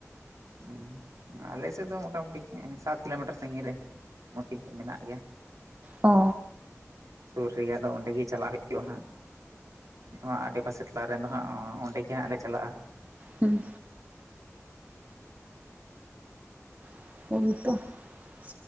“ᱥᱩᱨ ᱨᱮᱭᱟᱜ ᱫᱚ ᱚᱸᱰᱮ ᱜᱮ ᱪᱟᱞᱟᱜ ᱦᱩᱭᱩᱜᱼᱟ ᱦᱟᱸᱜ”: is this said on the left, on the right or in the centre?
Right